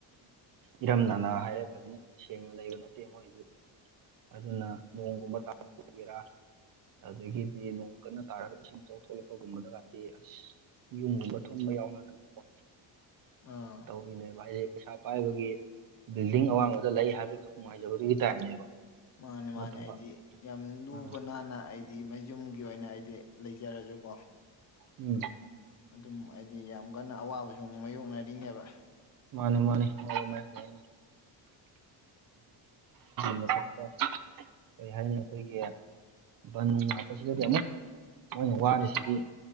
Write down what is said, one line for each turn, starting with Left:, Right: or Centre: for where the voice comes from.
Right: ꯏꯔꯝ ꯅꯂꯥ ꯍꯥꯏꯔꯦ ꯐꯖꯅ ꯁꯦꯡꯅ ꯂꯩꯕ ꯅꯠꯇꯦ ꯃꯣꯏꯒꯤꯗꯤ ꯑꯗꯨꯅ ꯅꯣꯡꯒꯨꯝꯕ ꯇꯥꯔꯛꯄꯗꯗꯤ ꯚꯦꯔꯥꯅꯦ ꯑꯗꯒꯤꯗꯤ ꯅꯣꯡ ꯀꯟꯅ ꯇꯥꯔꯒ ꯏꯁꯤꯡ ꯏꯆꯥꯎꯊꯣꯂꯛꯄꯒꯨꯝꯕꯗ ꯒꯇꯤ ꯑꯁ ꯌꯨꯝꯒꯨꯝꯕ ꯊꯨꯝꯕ ꯌꯥꯎꯅꯔꯦꯀꯣ
Left: ꯑ
Right: ꯇꯧꯔꯤꯅꯦꯕ ꯍꯩꯌꯦꯡ ꯄꯩꯁꯥ ꯄꯥꯏꯕꯒꯤ ꯕꯤꯜꯗꯤꯡ ꯑꯋꯥꯡꯕꯗ ꯂꯩ ꯍꯥꯏꯕꯒꯤ ꯅꯨꯡꯉꯥꯏꯖꯕꯗꯨꯒꯤ ꯇꯥꯏꯞꯅꯦꯕ
Left: ꯃꯥꯅꯦ
Right: ꯅꯠꯇꯕ
Left: ꯃꯥꯅꯦ ꯑꯩꯗꯤ ꯌꯥꯝꯅ ꯂꯨꯕ
Right: ꯎꯝ
Left: ꯅꯥꯟꯅ ꯑꯩꯗꯤ ꯗꯤ ꯃꯌꯨꯝꯒꯤ ꯑꯣꯏꯅ ꯑꯩꯗꯤ ꯂꯩꯖꯔꯁꯨꯀꯣ
Right: ꯎꯝ
Left: ꯑꯗꯨꯝ ꯍꯥꯏꯗꯤ ꯌꯥꯝ ꯀꯟꯅ ꯑꯋꯥꯕꯁꯨ ꯃꯥꯏꯌꯣꯛꯅꯔꯤꯅꯦꯕ
Right: ꯃꯥꯅꯦ ꯃꯥꯅꯦ ꯃꯥ ꯃꯥꯏꯌꯣꯛꯅꯩꯅꯤ ꯃꯊꯛꯇ ꯀꯔꯤ ꯍꯥꯏꯅꯤ ꯑꯩꯈꯣꯏꯒꯤ ꯕꯟ ꯍꯥꯞꯄꯁꯤꯗꯗꯤ ꯑꯃꯨꯛ ꯃꯣꯏꯅ ꯋꯥꯔꯤꯁꯤꯗꯤ